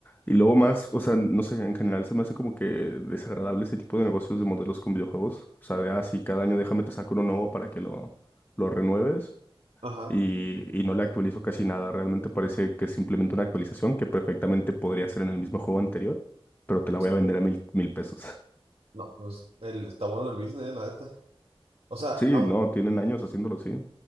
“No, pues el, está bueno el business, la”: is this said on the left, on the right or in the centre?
Right